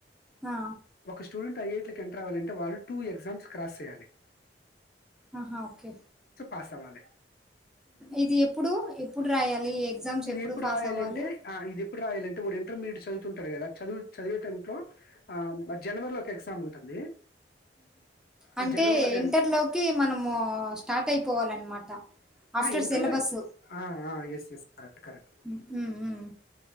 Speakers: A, in the centre; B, on the left.
A: ఆ!
B: ఒక స్టూడెంట్ ఐఐటీలో ల ఎంటర్ అవ్వాలంటే వాళ్ళ టూ ఎగ్జామ్స్ క్రాస్ చేయాలి
A: ఆహా ఓకే
B: ఆ సవాాలే
A: ఇది ఎప్పుడు, ఎప్పుడు రాయాలి ఎగ్జామ్స్
B: ఇది ఎప్పుడు
A: పాసవ్వాలి?
B: రాయాలి అంటే ఇది ఎప్పుడు రాయాలంటే వా ఇంటర్మీడియట్ చదువుతుంటారు కదా చదువు చదివేటం లో ఆ జనవరిలో ఒక ఎగ్జామ్ ఉంటుంది ఆ
A: అంటే
B: జనవరిలో ఒక
A: ఇంటర్ లోకి మనము స్టార్ట్ అయిపోవాలన్నమాట ఆఫ్టర్
B: ఆ ఇంటర్లో
A: సిలబస్
B: ఆ ఆ ఎస్ ఎస్ కరెక్ట్ కరెక్ట్
A: హ్మ్ హ్మ్మ్